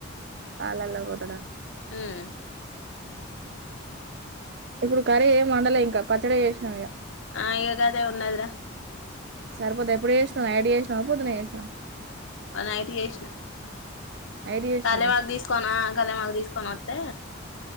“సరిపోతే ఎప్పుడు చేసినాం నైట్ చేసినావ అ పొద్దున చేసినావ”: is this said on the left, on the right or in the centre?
Right